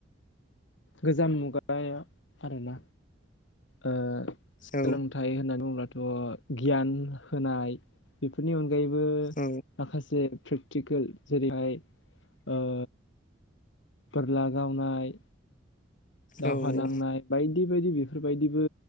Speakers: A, on the left; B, on the left.
A: गोजाम मुगायाव आरोना। ओ सोलोंथा
B: औ
A: थाय होननानै बुङोब्लाथ' गियान होनाय आ बेफोरनि अनगायैबो
B: औ
A: माखासेे फ्रेक टिकोल जेरैहाय ओ बोरला गावनाय दावहा
B: औ
A: नांनाय बायदि बायदि बेफोरबायदिबो